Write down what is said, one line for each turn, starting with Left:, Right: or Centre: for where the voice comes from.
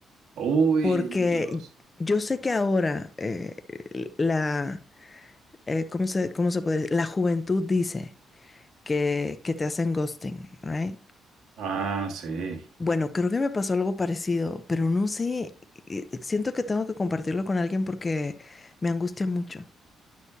Right: Uy,
Left: porque
Right: Dios.
Left: yo sé que ahora eh, la, eh, ¿cómo se, cómo se puede? decir? La juventud dice que, que te hacen ghosting, ¿right?
Right: Ah, sí.
Left: Bueno, creo que me pasó algo parecido, pero no sé, eh, siento que tengo que compartirlo con alguien porque me angustia mucho.